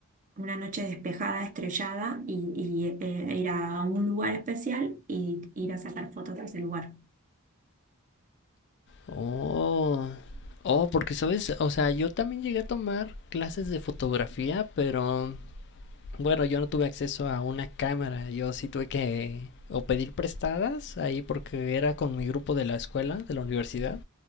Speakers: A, on the right; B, on the left.
A: una noche despejada, estrellada, y, y, eh, ir a un lugar especial y ir a sacar fotos de ese lugar.
B: Oh, oh, porque sabes, o sea, yo también llegué a tomar clases de fotografía, pero bueno, yo no tuve acceso a una cámara, yo sí tuve que o pedir prestadas ahí porque era con mi grupo de la escuela, de la universidad.